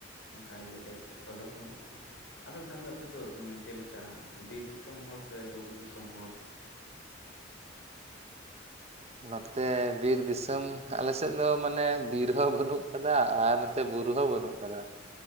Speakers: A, on the left; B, on the right.
A: ᱚᱱᱠᱟ ᱤᱭᱟᱹ, ᱫᱚ ᱮᱴᱠᱮᱴᱚᱬᱮ <unintelligible> ᱫᱚ ᱵᱟᱹᱱᱩᱜ ᱟᱠᱟᱫᱟ ᱾ ᱟᱫᱚ ᱛᱟᱦᱚᱞᱮ, ᱟᱯᱮ ᱫᱚ ᱢᱟᱱᱮ ᱪᱮᱫᱞᱮᱠᱟ? ᱵᱤᱨ ᱫᱤᱥᱚᱢ ᱦᱚᱲ ᱥᱮ, ᱵᱩᱨᱩ ᱫᱤᱥᱚᱢ ᱦᱚᱲ?
B: ᱱᱚᱛᱮ ᱵᱤᱨ ᱫᱤᱥᱚᱢ, ᱟᱞᱮᱥᱮᱫ ᱫᱚ, ᱢᱟᱱᱮ ᱵᱤᱨ ᱦᱚᱸ ᱵᱟᱹᱱᱩᱜ ᱟᱠᱟᱫᱟ ᱟᱨ ᱛᱮ ᱵᱩᱨᱩ ᱦᱚᱸ ᱵᱟᱹᱱᱩᱜ ᱟᱠᱟᱫᱟ ᱾